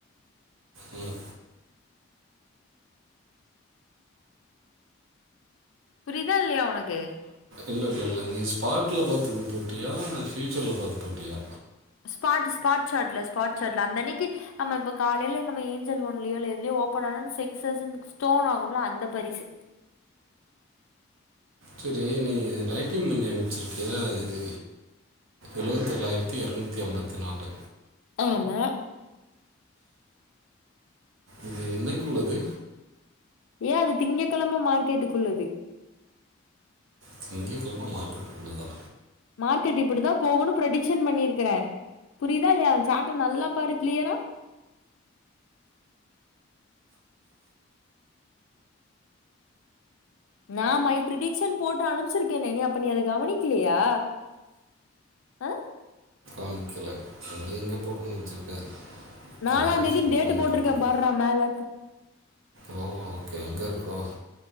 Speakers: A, on the right; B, on the left.
A: உம்
B: புரியுதா இல்லையா உனக்கு
A: இல்ல இல்ல இல்ல நீ ஸ்பாட்ல பார்த்து இது போட்டியா ஃபியூச்சர்ல பார்த்து போட்டியா
B: ஸ்பாட் ஸ்பாட்ஷட்ல ஸ்பாட்ஷாட்ல அந்த அன்னைக்கு நம்மப்ப காலையில நம்ம ஏஞ்சல் ஓன்லயோ எதுலோ ஓபன் ஆனனு சென்சஸ் ஸ்டோன் ஆகும்ல அந்த பரிசு
A: சரி நீ ரைட்டிங் பண்ணி அனுப்பச்சிருக்கிய இது எழுவத்தேழாயிரத்தி இரநூத்தி ஐம்பத்தி நாலு
B: ஆமா
A: இது என்னைக்குள்ளது
B: ஏன் அது திங்ககிழமை மார்க்கேட்டுக்குள்ளது
A: திங்ககெழம மார்க்கெட் உள்ளதா
B: மார்க்கெட் இப்படித்தான் போகும் ப்ரடிக்ஷன் பண்ணிருக்கறே புரியுதா இல்லையான் சாட்டன் நல்லா பாரு கிளியரா நான் மை பிரிடிக்க்ஷன் போட்டு அனுப்பிச்சிருக்கே நீ அப்ப நீ அத கவனிக்கலையா அஹ
A: பண்ணிக்கல எங்க எங்க போட்டு வச்சிருக்கே
B: நாலாந்
A: தங்கம்
B: தேதின்னு
A: சுத்திரம்னு
B: டேட்டு
A: போட்டிருக்கே
B: பார்றா மேல
A: ஓ ஓகே எங்க இருக்கோ